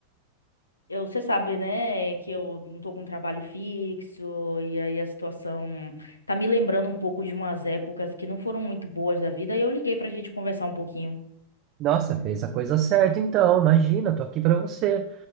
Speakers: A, on the left; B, on the right.
A: eu, você sabe, né, que eu não tô com trabalho fixo, e aí a situação tá me lembrando um pouco de umas épocas que não foram muito boas da vida, e eu liguei pra gente conversar um pouquinho.
B: Nossa, fez a coisa certa então. Imagina, tô aqui pra você.